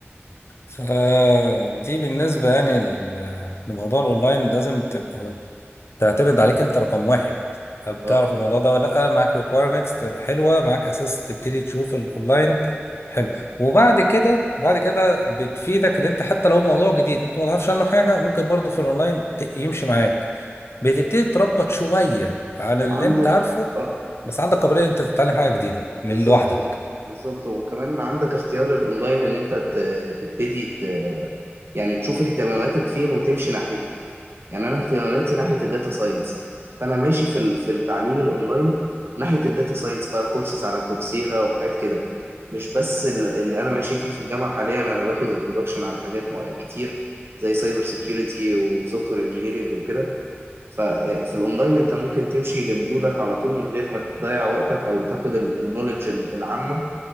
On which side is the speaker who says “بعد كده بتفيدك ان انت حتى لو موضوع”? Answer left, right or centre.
Left